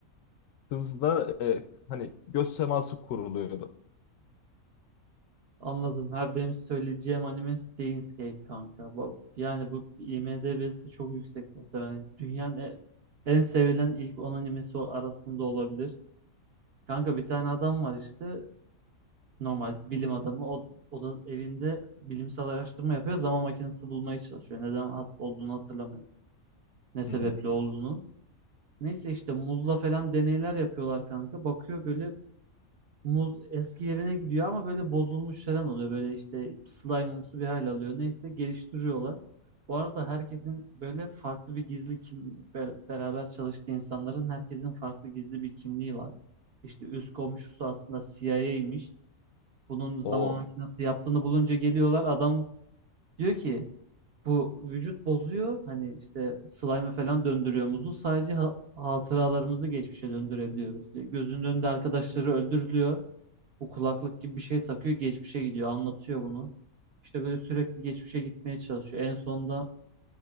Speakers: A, on the left; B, on the right.
A: kızla e, hani göz teması kuruluyordu.
B: Anladım. Ha, benim söyleyeceğim anime Steins Gate kanka. Bak, yani bu IMDb'si de çok yüksek muhtemelen. Dünyanın e- en sevilen ilk 10 animesi o- arasında olabilir. Kanka bir tane adam var işte normal bilim adamı o, o da evinde bilimsel araştırma yapıyor zaman makinesi bulmaya çalışıyor. Neden hat olduğunu hatırlamıyorum. Ne sebeple
A: Hı hı.
B: olduğunu. Neyse işte muzla falan deneyler yapıyorlar kanka. Bakıyor böyle muz eski yerine gidiyor ama böyle bozulmuş falan oluyor. Böyle işte slime'ımsı bir hal alıyor. Neyse geliştiriyorlar. Bu arada herkesin böyle farklı bir gizli kim be- beraber çalıştığı insanların herkesin farklı gizli bir kimliği var. İşte üst komşusu aslında CIA'ymiş. bunun zaman
A: O.
B: makinesi yaptığını bulunca geliyorlar. Adam diyor ki bu vücut bozuyor. Hani işte slime'e falan döndürüyor muzu. Sadece ha- hatıralarımızı geçmişe döndürebiliyoruz diyor. Gözünün önünde arkadaşları öldürülüyor. Bu kulaklık gibi bir şey takıyor. Geçmişe gidiyor. Anlatıyor bunu. İşte böyle sürekli geçmişe gitmeye çalışıyor. En sonunda